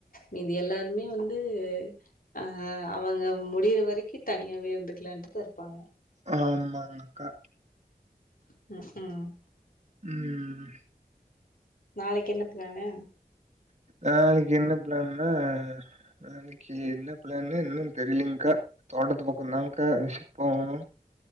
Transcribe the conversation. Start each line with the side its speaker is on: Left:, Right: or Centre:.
Left: மீதி எல்லாருமே வந்து அ அவங்க முடி வரைக்கு தனியாவே இருந்துக்கலான்ட்டு தா இருப்பாங்க
Right: ஆமாங்க அக்கா
Left: <unintelligible>
Right: ம்
Left: நாளைக்கு என்ன பிளானு
Right: நாளைக்கு என்ன பிளான்னா நாளைக்கு என்ன பிளான்னு இன்னு தெரிலிங்க்கா தோட்டத்து பக்கம்தாங்கா விசிட் போகணு